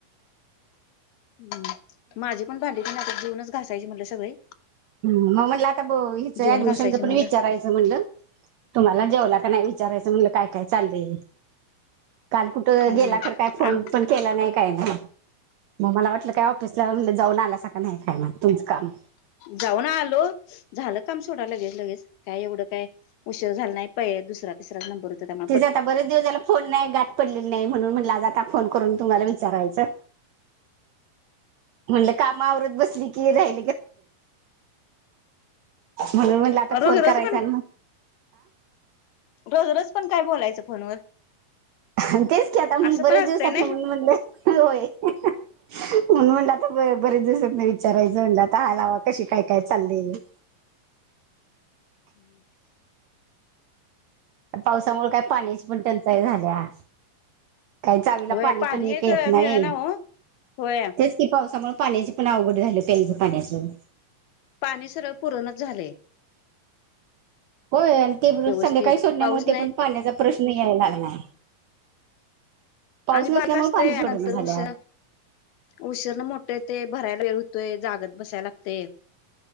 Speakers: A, on the left; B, on the right.
A: हम् माझी पण भांडी प ना आता जेवनच घासायची म्हटलं सगळे
B: ह मग मटला आता ब हिचंऍडमिशनचं
A: जेवून घासायची म्हटलं
B: पण विचारायचं म्हणलं तुम्हाला जेवला का नाही विचारायचं म्हणलं काय काय चालय काल कुठं
A: हम्म
B: गेला तर काय फोन
A: आम
B: पण केला नाही काय नाही मग मला वाटलं काय ऑफिसलाणजे जाऊन आला स कां नाही काय मला तुमचं काम
A: जाऊन आलो झालं काम छोटा लगेच लगेच काय एवढं काय उशीर झालं नाही पहि दुसरा विश्रवणम पररत ठ आहे
B: तिथ आता बरेच दिवसाला फोन नाही गाठ पडलेले नाही म्हणून म्हणलं आज आता फोन करून तुम्हाला विचारायचं म्हटलं का वर ब क राह म्हण आ फोन
A: रोज रोज
B: करायचा
A: पण रोज रोज पण काय बोलायचं फोनवर
B: आणि तेच की आता मग
A: असं
B: बरे
A: पण असतंय
B: दिवस आपलं
A: नाही
B: मग म्हणले होय म्हणलं आता बरेच दिसत नाही विचारायचं म्हणलं आता हलावाग कशी काय काय चाललीली
A: हम्
B: पावसामुळे काय पाण्याची पण टंचाई झाल्या काही चावीला
A: होय
B: पाणी पण हे
A: एक
B: का येत
A: मिळे
B: नाही
A: ना हो होय
B: तेच पावसामुळेळ पाण्याची पण अवघड झालं प्यायचं पाण्याचं
A: पाणी सर्व पुरणच झाले
B: होय आणि ते
A: व्यवस्थित
B: संध्याकाळी सोडण्यामुळे
A: पाऊस
B: ते
A: नाही
B: पण पाण्याचा प्रश्न यायला लागलाय पाऊस
A: आणि
B: नसल्यामुळे
A: बा का असतय
B: पाणी सोडना
A: नंतर
B: झाल्या
A: उषा उशीरण मोठे ते भरायला वेळ होतोय जागत बसायला लागते